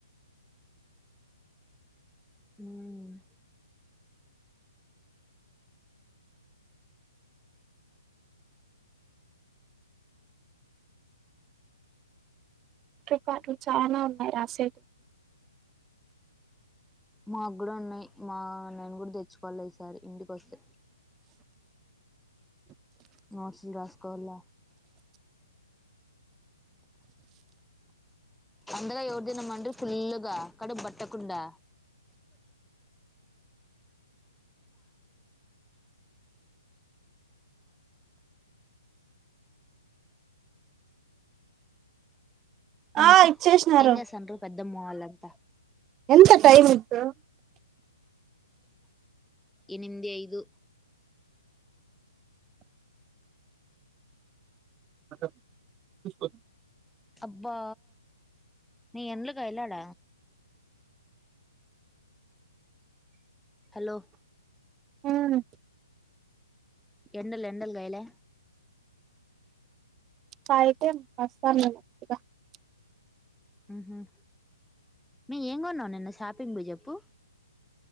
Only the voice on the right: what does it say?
రికాడ్లు చానా ఉన్నాయి రాసే
ఆ ఇచ్చేస్నారు
ఎంత టైమ్ ఇప్పుడు
ఆ చూస్కో
హ్మ్
<unintelligible>